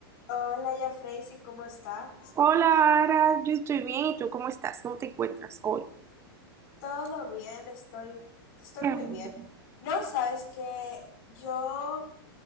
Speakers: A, on the left (about 55°); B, on the right (about 20°).
A: Hola, ya Freysi, ¿cómo estás?
B: Hola, Ara, yo estoy bien. ¿Y tú cómo estás? ¿Cómo te encuentras hoy?
A: Todo bien, estoy, estoy
B: Qué
A: muy
B: bueno.
A: bien. No, sabes que yo